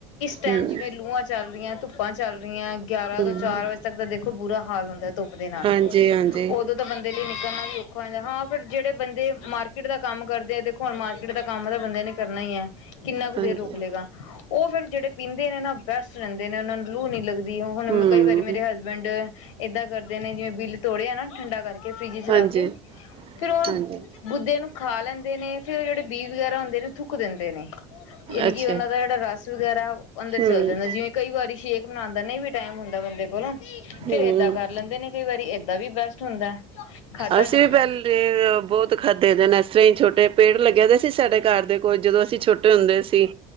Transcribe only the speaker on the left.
ਟਾਈਮ
ਜਿਵੇਂ ਲੂਹਾਂ ਚੱਲ ਰਹੀਆਂ ਤੁਪ ਧੂਪਾਂ ਚੱਲ <unintelligible> ਗਿਆਰਾਂ
ਤੋਂ, ਚਾਰ ਵਜੇ ਤੱਕ ਤਾਂ, ਦੇਖੋ ਪੂਰਾ ਹਾਲ ਹੁੰਦਾ ਧੁੱਪ ਦੇ ਨਾਲ
ਉਦੋ ਤਾਂ ਬੰਦੇ ਲਈ ਕਰਨਾ ਵੀ ਔਖਾ ਹੋ ਜਾਂਦਾ, ਹਾਂ, ਫਿਰ ਜਿਹੜੇ ਬੰਦੇ ਮਾਰਕੀਟ ਦਾ ਕੰਮ ਕਰਦੇ ਆ, ਦੇਖੋ ਹੁਣ ਮਾਰਕੀਟ ਦਾ ਕੰਮ ਤਾਂ ਬੰਦੇ ਨੇ ਕਰਨਾ ਹੀ ਹੈ। ਕਿੰਨਾ ਕੁ
ਦੇਰ ਰੋਕ ਲੇਗਾ। ਉਹ ਫਿਰ ਜਿਹੜੇ ਪੀਂਦੇ ਨੇ ਨਾ ਬੈਸਟ ਰਹਿੰਦੇ ਨੇ ਉਹਨਾਂ ਨੂੰ ਲੂ ਨੀ ਲੱਗਦ ਹੁਣ
ਕਈ ਵਾਰ ਮੇਰੇ ਹਸਬੈਂਡ ਇਦਾਂ ਕਰਦੇ ਨੇ ਜਿਵੇਂ ਬਿੱਲ ਤੋੜਿਆ ਨਾ ਠੰਡਾ ਕਰਕੇ ਫਰਿਜ ਚ
ਰੱਖ ਕੇ ਫਿਰ ਉਹ
ਗੁੱਦੇ ਨੂੰ ਖਾ ਲੈਂਦ ਨੇ ਫਿਰ ਜਿਹੜੇ ਬੀਜ ਵਗੈਰਾ ਹੁੰਦੇ ਨੇ ਥੁੱਕ ਦਿੰਦੇ ਨੇ ਯਾਨੀ
ਕਿ ਉਹਨਾਂ ਦਾ ਜਿਹੜਾ ਰਸ ਵਗੈਰਾ ਅੰਦਰ
ਚਲ ਜਾਂਦਾ ਜਿਵੇਂ ਕਈ ਵਾਰੀ ਸੇਕ ਬਣਾਉਣ ਦਾ ਨਹੀਂ ਵੀ ਟਾਈਮ ਹੁੰਦਾ ਬੰਦੇ ਕੋਲੋਂ
ਫਿਰ ਏਦਾਂ ਕਰ ਲੈਂਦੇ ਨੇ ਕਈ ਵਾਰੀ ਏਦਾਂ ਵੀ ਬੈਸਟ ਹੁੰਦਾ ਖਾਧਾ
ਜਾਂਦਾ